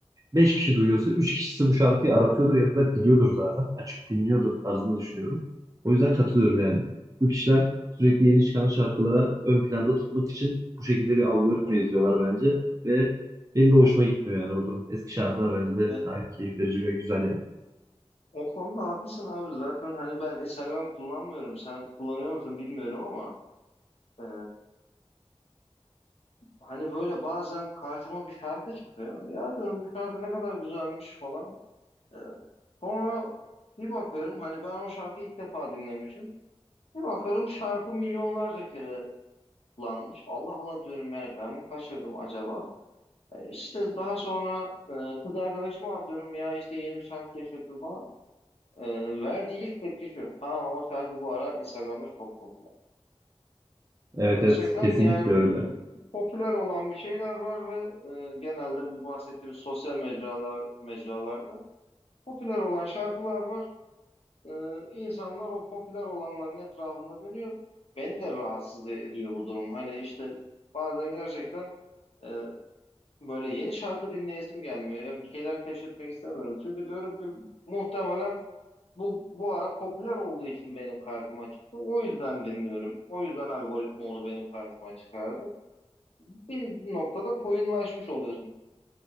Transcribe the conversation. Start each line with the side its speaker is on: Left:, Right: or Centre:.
Right: Beş kişi duyuyorsa 3 kişisi bu şarkıyı aratıyordur ya da biliyordur zaten. Açıp dinliyordur tarzında düşünüyorum. O yüzden katılıyorum yani. Bu kişiler sürekli yeni çıkan şarkılara ön planda tutmak için bu şekilde bir algoritma izliyorlar bence. Ve benim de hoşuma gitmiyor yani bu durum. Eski şarkılar bence de
Left: Ya,
Right: gayet keyif verici ve güzel yani.
Left: o konuda haklısın abi. Zaten hani ben Instagram kullanmıyorum. Sen kullanıyor musun bilmiyorum ama Ee, hani böyle bazen karşıma bir şarkı çıkıyor. Ya diyorum bu şarkı ne kadar güzelmiş falan. Ee, sonra bir bakıyorum hani ben o şarkıyı ilk defa dinlemişim. Bir bakıyorum şarkı milyonlarca kere kullanmış. Allah Allah diyorum yani ben mi kaçırdım acaba? Ee, işte daha sonra e, kız arkadaşıma atıyorum ya işte yeni bir şarkı keşfettim falan. Ee, verdiği ilk tepki şu. Ha o şarkı bu ara Instagram'da çok popüler.
Right: Evet
Left: Gerçekten
Right: evet kesinlikle
Left: yani
Right: öyle.
Left: popüler olan bir şeyler var ve e, genelde bu bahsettiğimiz sosyal mecralar mecralarda popüler olan şarkılar var. E, insanlar o popüler olanların etrafında dönüyor. Beni de rahatsız e, ediyor bu durum. Hani işte bazen gerçekten e, böyle yeni şarkı dinleyesim gelmiyor. Ya Bir şeyler keşfetmek istemiyorum. Çünkü diyorum ki muhtemelen bu bu ara popüler olduğu için benim karşıma çıktı. O yüzden dinliyorum. O yüzden algoritma onu benim karşıma çıkardı. Bir noktada koyunlaşmış oluyorsun.